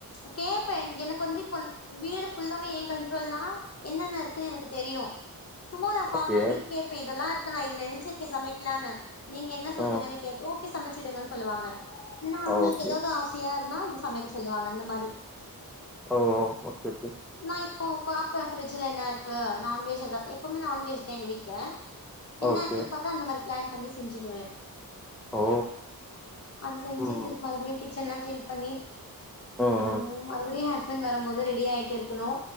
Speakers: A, on the left; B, in the centre.
A: ம்ச் கேப்பே என் எனக்கு வந்து இப்பன் வீடு ஃபுல்லாவே ஏன் கண்ட்ரோல்னா என்னென்ன இருக்குன்னு எனக்கு தெரியு சும்மாதா ஃபார்மாலிட்டி
B: ஓகே
A: கேப்ப இதெல்லா இருக்கு நா இது நெனைச்சிருக்கே சமைக்கலான்னு நீங்க என்ன சொல்றீங்கன்னு
B: ம்
A: கேப்போ ஓகே சமைச்சிடுங்கன் சொல்லுவாங்க இன்னா அவங்களுக்கு
B: ஓகே
A: ஏதாவது ஆசையா இருந்தா இது சமைக்க சொல்லுவாங்க அந்த மாரி
B: ஓ ஓகே ஓகே
A: நா இப்போ பாப்பே ஃபிரிட்ஜில என்ன இருக்கு நான்வெஜ் எதா எப்பவுமே நான்வெஜ் தா எங்க வீட்ல என்ன
B: ஓகே
A: இருக்குன்னு பாத்தா அந்த மாரி பிளான் பண்ணி செஞ்சிடுவே
B: ஓ
A: அத செஞ்சு
B: ம்
A: திர்
B: ம்
A: மறுபடியு கிச்சன்லா கிளீன் பண்ணி
B: ம்
A: ஐயோ மறுபடியு ஹஸ்பண்ட் வரும்போது ரெடி ஆயிட்டு இருக்கணு